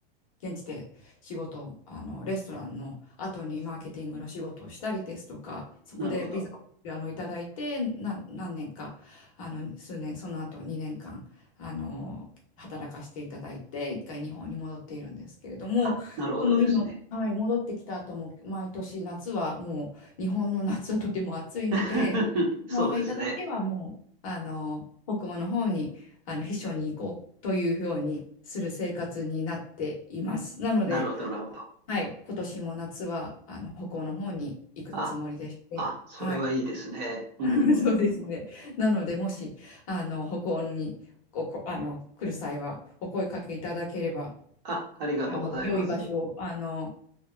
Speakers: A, on the left (about 35°); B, on the right (about 45°).
A: 現地で仕事あの、レストランの後にマーケティングの仕事をしたりですとか、そこでビザをあのいただいて、
B: なるほど。
A: 何、何年か、あの、数年、その後2年間、あの、働かせていただいて、一回日本に戻っているんですけれども、
B: あ、なるほどですね。
A: その今、はい、戻ってきた後も、毎年夏はもう、日本の夏はとても暑いので、
B: <laughs> そうですね。
A: その間だけはもう、あの、北欧の方に、あの秘書に行こうというようにする生活になっています。なので、
B: なるほど、なるほど。
A: はい、今年も夏はあの北欧の方に行くつもりでして、
B: あ、あ、それはいいですね。
A: はい、
B: うんうんうん。
A: <laughs> そうですね。なので、もしあの北欧にここあの来る際はお声かけいただければ、
B: あ、ありがとうございます。
A: あの良い場所をあの